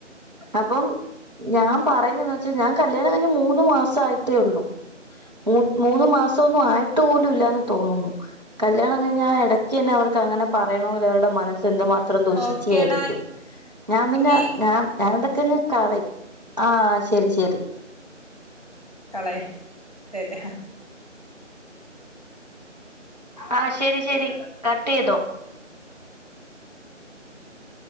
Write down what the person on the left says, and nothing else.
ഓക്കേടാ
എങ്കി
കളെ ശരി